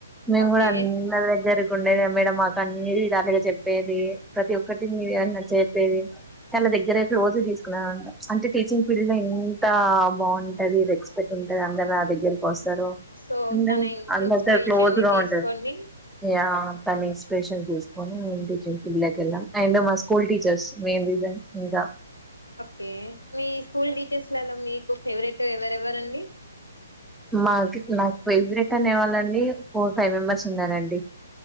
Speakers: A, in the centre; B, on the left.
A: మేము
B: ఓకే
A: కూడా అందరి దగ్గరక్ కుండేద మేడం మాకు అన్నీ విధాలుగా చెప్పేది ప్రతి ఒక్కటిని ఏ చెప్పేది చ దగ్గరే క్లోజ్గా తీసుకు అంటే టీచింగ్ ఫీల్డ్ లో ఎంత బాగుంటది రెస్పెక్ట్ ఉంటది అందరు నా దగ్గరకి వస్తారు
B: సో
A: అందరు
B: తన
A: అందరితో
B: ఇన్స్పిరేషన్
A: క్లోజ్
B: ని
A: గా
B: తీసుకోండి
A: ఉంటది యా తన ఇన్స్పిరేషన్ తీసుకొని టీచింగ్ ఫీల్డ్ లోకి వెళ్ళాం అండ్ మా స్కూల్ టీచర్స్ మెయిన్ రీజన్ ఇంకా
B: ఓకే మీ స్కూల్ టీచర్స్లలో మీకు ఫేవరెట్ ఎవరెవరండి
A: మాకు నాకు ఫేవరెట్ అనేవాళ్ళండి ఫోర్ ఫైవ్ మెంబర్స్ ఉన్నారండి